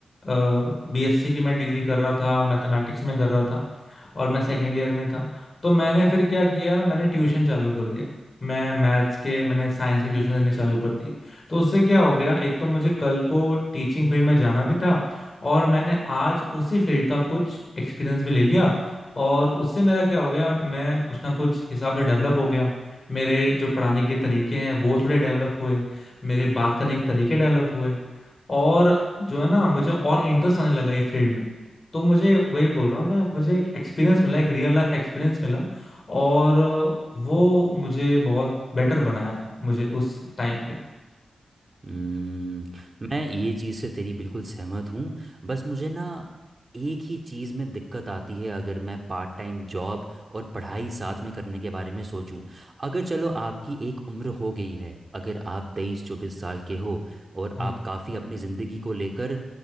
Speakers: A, on the left; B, on the right.
A: बीएससी की मैं डिग्री कर रहा था मैथमेटिक्स में कर रहा था और मैं सेकेंड ईयर में था तो मैंने फिर क्या किया मैंने ट्यूशन चालू कर दिया मैं मैथ्स के मैंने साइंस के ट्यूशन देने चालू कर दिए तो उससे क्या हो गया एक तो मुझे कल को टीचिंग फील्ड में जाना भी था और मैंने आज उसी फील्ड का कुछ एक्सपीरियंस भी ले लिया और उससे मेरा क्या हो गया मैं कुछ ना कुछ हिसाब से डेवलप हो गया मेरे जो पढ़ाने के तरीके हैं वो थोड़े डेवलप हुए मेरे बात करने के तरीके डेवलप हुए और जो है ना मुझे और इंटरेस्ट आने लगा ये फील्ड में तो मुझे वही बोल रहा हूँ मैं मुझे एक एक्सपीरियंस मिला एक रियल लाइफ एक्सपीरियंस मिला और वो मुझे बहुत बेटर बनाया मुझे उस टाइम पे
B: हम्म, मैं ये चीज़ से तेरी बिल्कुल सहमत हूँ बस मुझे ना एक ही चीज़ में दिक्कत आती है अगर मैं पार्ट टाइम जॉब और पढ़ाई साथ में करने के बारे में सोचूं अगर चलो आपकी एक उम्र हो गई है अगर आप तेईस चौबीस साल के हो और
A: हम्म
B: आप काफ़ी अपनी ज़िंदगी को लेकर